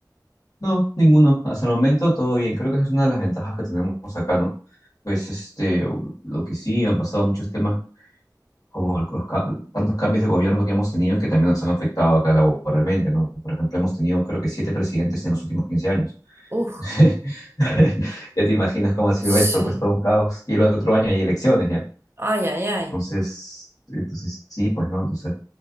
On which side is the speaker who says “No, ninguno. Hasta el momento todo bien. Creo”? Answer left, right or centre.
Left